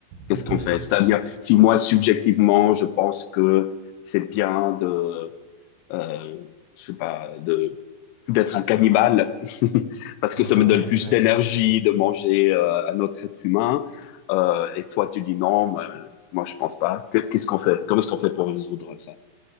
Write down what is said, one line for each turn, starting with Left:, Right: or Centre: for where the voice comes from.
Left: Qu'est-ce
Right: Mhm.
Left: qu'on fait? C'est-à-dire, si moi, subjectivement, je pense que c'est bien de, euh, je sais pas, de, d'être un cannibale, <laughs> parce que
Right: <laughs> Ouais,
Left: ça me donne plus
Right: ouais.
Left: d'énergie de manger euh, un autre être humain, euh, et toi, tu dis non, moi, moi je pense pas. Que- Qu'est-ce qu'on fait? Comment est-ce qu'on fait pour résoudre ça?